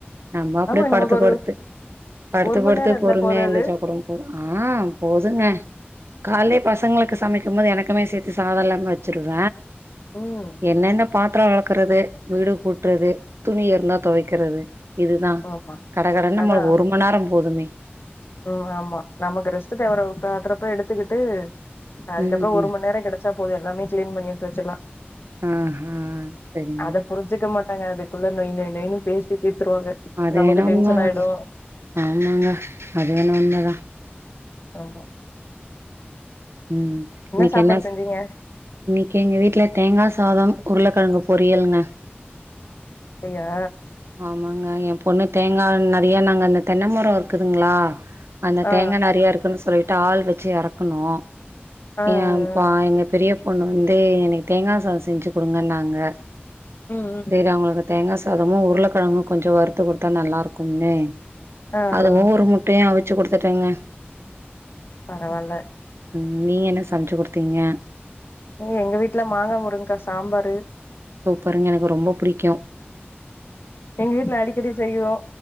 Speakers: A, on the right; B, on the left.
A: நம்ம அப்டியே
B: ஆமா
A: படுத்து
B: நமக்கு ஒரு
A: படுத்து படுத்து
B: ஒரு
A: படுத்து
B: மண் நேரோ இருந்தா
A: பொறுமையா
B: போதாது
A: எந்திர்ச்சா கூட ஆ போதுங்க காய்லே பசங்களுக்கு சமைக்கும் போது எனக்குமே சேத்து சாதம்லா வெச்சிருவ
B: ம்
A: என்னன்ன பாத்ரம் வெலக்கறது வீடு கூட்றது துணி இருந்தா தொவைக்கிறது இதுதா
B: ஆமா
A: கடகடன்னு நம்மளுக்
B: அதா
A: ஒரு மண் நேரம் போதுமே
B: ம் ஆமா நமக்கு ரெஸ்ட்டு தேவறப் அப்பரப்ப எடுத்துக்கிட்டு அதுக்கப்றோ
A: ம்
B: ஒரு
A: ம்
B: மண் நேரம் கெடச்சா போதும் எல்லாமே க்ளீன் பண்ணி எடுத்து வெச்சிலா
A: ம் ம் சரி
B: அத புரிஞ்சுக்க மாட்டாங்க அதுக்குள்ள நொய் நொய் நொய்யுனு பேசி தீத்துருவாங்க
A: அது
B: நமக்கு
A: ஏனோ
B: டென்ஷன்
A: உண்ம தாங்க
B: ஆயிடு
A: ஆமாங்க அது ஏனோ உண்மதா
B: ஆமா
A: ம் இன்னைக்கு
B: சாப்பாடு
A: என்ன
B: செஞ்சீங்க
A: இன்னைக்கு எங்க வீட்ல தேங்கா சாதம் உருளக்கெழங்கு பொரியலுங்க
B: அப்டியா
A: ஆமாங்க என் பொண்ணு தேங்கா நெறைய நாங்க அந்த தென்ன மரோ இருக்குதுங்ளா அங்க
B: ஆ
A: தேங்கா நெறைய இருக்குன்னு சொல்லிட்டு ஆள் வெச்சு எறக்குணோ
B: ஆ ஆ ஆ
A: ஏம்ப்பா
B: ஆ.
A: எங்க பெரிய பொண்ணு வந்து எனக்கு தேங்கா சாதம் செஞ்சு குடுங்கன்னாங்க
B: ம் ம்
A: செரி அவங்களுக்கு தேங்காசாதமு உருளக்கெழங்கும் கொஞ்சம் வறுத்து குடுத்தா நல்லா இருக்கும்னு
B: ஆ ஆ.
A: அதுவும் ஒரு முட் டையு அவிச்சு குடுத்துட்டேங்க
B: பரவால்ல
A: ம் நீங்க என்ன சமச்சு குடுத்தீங்க
B: ம் எங்க வீட்ல மாங்கா முருங்க்கா சாம்பாரு
A: சூப்பருங்க எனக்கு ரொம்ப புடிக்கு
B: எங்க வீட்ல அடிக்கடி செய்வோ